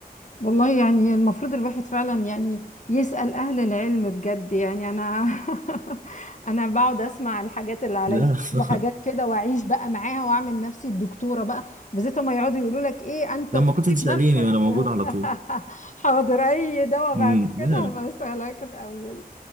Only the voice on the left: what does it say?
والله يعني المفروض الواحد فعلا يعني يسأل أهل العلم بجد يعني أنا <laughs> أنا بقعد أسمع الحاجات اللي على
يوتيوب
وحاجات كده وأعيش بقى معاها وأعمل نفسي الدكتورة بقى وبالذات لما يقعدوا يقولوا لك إيه أنت
طبيب
نفسك
<laughs>
حاضر أي دواء
بعد
كده بسألك الأول